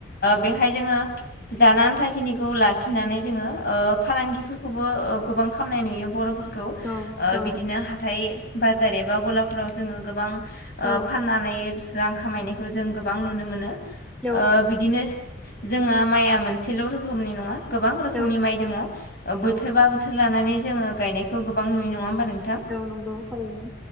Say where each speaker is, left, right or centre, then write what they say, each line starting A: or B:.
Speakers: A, on the left; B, in the centre.
A: बेहाय जोङो जानो आनथाखिनिखौ लाखिनानै जोङो फालांगिफोर खौबो गोबां खामनाय नुयो बर'फोरखौ
B: औ औ
A: बिदिनो
B: औ
A: हाथाइ बाजार एबा गला फोराव जोङो गोबां
B: औ
A: फाननानै रां खामायनायखौ जों गोबां नुनो मोनो
B: औ
A: बिदिनो जोंहा माइआ मोनसेल' रोखोमनि नङा गोबां रोखोमनि
B: औ
A: माइ दङ बोथोर
B: औ
A: बा बोथोर लानानै जोङो गायनायखौ गोबां नुयो नङा होमबा नों थां
B: नंगौ थारैनो